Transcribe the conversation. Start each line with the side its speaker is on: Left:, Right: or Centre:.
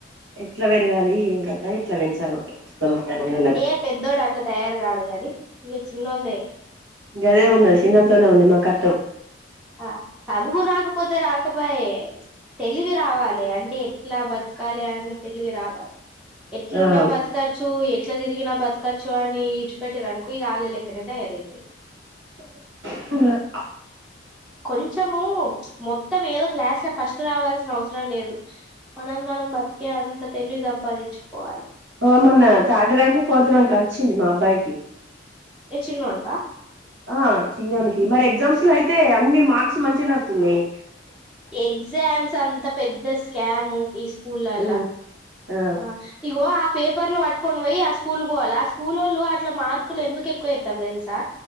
Right: ఎట్ల పెరగాలి ఏం కథ ఎట్లా పెంచాలి మరి అర్థమైతలేదు
Centre: ఏ పెద్దోడు అట్లా తయారు కాడు కానీ ఇగ చిన్నోడే
Right: గదే ఉన్నది చిన్నోని తోనే ఉంది మా కట్టం
Centre: ఆ చదువు రాకపోతే రాకపాయె తెలివి రావాలి అది అంటే ఎట్లా బతకాలి అన్న తెలివి రావాలి ఎట్లున్నా
Right: ఆ
Centre: బతకచ్చు ఎట్ల తిరిగిన బతకచ్చు అని ఇడ్చిపెట్టిరనుకో ఇగ ఆళ్ల లెక్కనే తయారైతది
Right: ఆ అప్
Centre: కొంచము మొత్తం ఏదో క్లాస్ లో ఫస్ట్ రావాల్సిన అవసరం లేదు మనది మనం బతికే అంత తెలివి సంపాదించుకోవాలి
Right: ఓ మొన్న థార్డ్ ర్యాంకో ఫోర్త్ ర్యాంకో వచ్చింది మా అబ్బాయికి
Centre: ఏ చిన్నోనికా
Right: ఆ చిన్నోనికి మరి ఎగ్జామ్స్ లో అయితే అన్ని మార్క్స్ మంచిగనే ఒత్తున్నయి
Centre: ఎగ్జామ్స్ అంత పెద్ద స్కాము ఈ స్కూళ్లల్ల
Right: ఆ ఆ
Centre: అ ఇగో పేపర్లు పట్టుకొని పోయి ఆ స్కూల్ పోవాల ఆ స్కూలోళ్ళు అట్ల మార్కులు ఎందుకు ఎక్కువేత్తరు తెలుసా